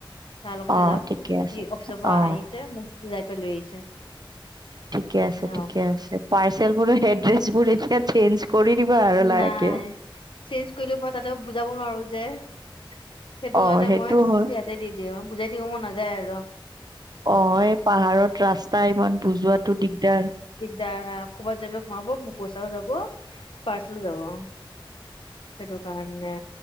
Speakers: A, on the left; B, on the right.
A: তাৰ লগতে
B: অ',
A: যাম।
B: ঠিকে
A: সি
B: আছে
A: অফিচৰ পৰা
B: অ'।
A: আহিছে মোক যাই পাই লৈ আহিছে।
B: ঠিকে আছে
A: অ
B: ঠিকে আছে। পাৰ্চেলবোৰৰ এড্ৰেচবোৰ এতিয়া চেঞ্জ কৰি দিবা আৰু লাহেকে।
A: নাই, চেঞ্জ কৰিলো মই তাতে বুজাব নোৱাৰো যে সেইটোকাৰণে
B: অ', সেইটো
A: মই
B: হয়
A: ইয়াতে দি দিওঁ বুজাই থাকিব মন নাযায় আৰু।
B: অ এ পাহাৰত ৰাস্তা ইমান বুজোৱাটো দিগদাৰ।
A: দ ক'ৰবাত যাই পেলাই সোমাব, মোৰ পইচাও যাব! পাৰ্চেল যাব অ। সেইটো কাৰণে।